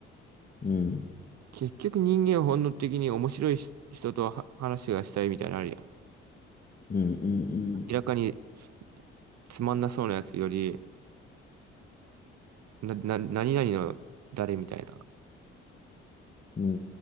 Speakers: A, on the left; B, on the right.
A: うん
B: 結局人間は本能的に面白いし人とは話がしたいみたいなのあるやん。
A: うんうん。
B: 明らかにつまんなそうなやつより、な、な、何々の誰みたいな。
A: うんう